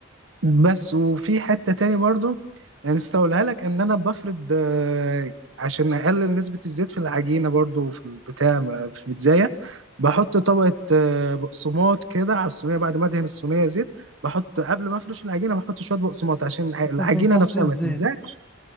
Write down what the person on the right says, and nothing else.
بس وفي حته تاني برضو نسيت اقولها لك ان انا بفرد آه، عشان اقلل نسبه الزيت في العجينه برضو في البتاع في البيتزايه بحط طبقه آه، بقسماط كده على الصينيه بعد ما ادهن الصينيه زيت بحط قبل ما افرش العجينه بحط شويه بقسماط عشان الع- العجينه
نفسها
ما تلزقش